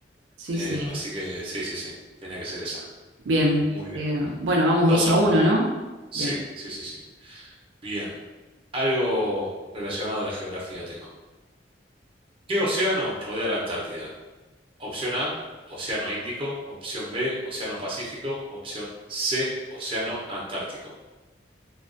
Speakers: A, on the right; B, on the right.
A: Sí,
B: Em,
A: sí.
B: así que sí, sí, sí, tenía que ser esa.
A: Bien.
B: Muy bien.
A: Eh, bueno, vamos
B: dos
A: dos
B: a
A: a
B: uno
A: uno, ¿no?
B: Sí,
A: Bien.
B: sí, sí, sí. Bien. Algo relacionado a la geografía tengo. ¿Qué océano rodea la Antártida? Opción A, Océano Índico. Opción B, Océano Pacífico. Opción C, Océano Antártico.